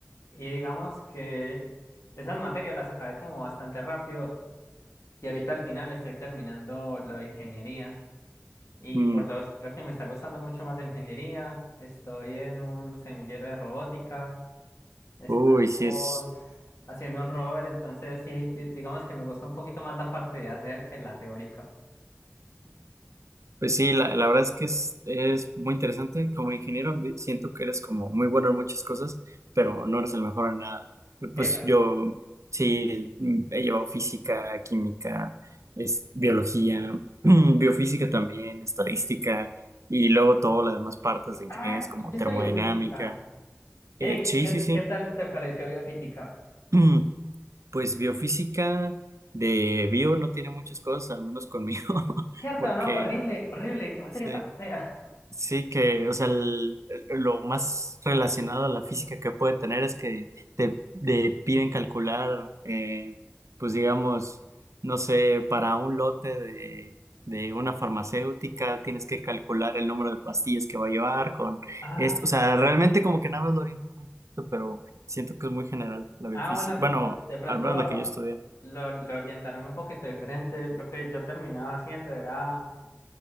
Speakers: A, on the left; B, on the right.
A: Y digamos que esas materias las acabé como bastante rápido y ahorita al final estoy terminando lo de ingeniería. Y
B: Mm,
A: por dos, creo que me está gustando mucho más de ingeniería. Estoy en un semillero de robótica. Estamos
B: uy, sí es.
A: haciendo un rover, entonces sí, di- digamos que me gusta un poquito más la parte de hacer que la teórica.
B: Pues sí, la, la verdad es que es, es muy interesante. Como ingeniero, di- siento que eres como muy bueno en muchas cosas, pero no eres el mejor en nada. Pu-
A: Epa.
B: Pues yo sí mm, he llevado física, química, es, biología, <clears throat> biofísica también, estadística, y luego todas las demás partes de ingenierías
A: Ah,
B: como
A: ¿viste
B: termodinámica.
A: biofísica? Ey,
B: Eh, sí,
A: ¿qué,
B: sí, sí.
A: qué tal te pareció biofísica?
B: <clears throat> Pues biofísica de bio no tiene muchas cosas, al menos conmigo, <laughs>
A: ¿Cierto
B: porque...
A: o no? Horrible, horrible, qué materia
B: sí.
A: tan fea. <laughs>
B: Sí, que, o sea, el- lo más relacionado a la física que puede tener es que te, te piden calcular, eh, pues digamos, no sé, para un lote de, de una farmacéutica tienes que calcular el número de pastillas que va a llevar con
A: Ah,
B: esto, o sea,
A: ok.
B: realmente como que nada más lo orienta muy poquito, pero siento que es muy general la biofísica,
A: Ah, bueno,
B: bueno,
A: de, de pronto
B: al menos la que yo estudié.
A: lo, lo orientaron un poquito diferente. Lo que yo terminaba haciendo era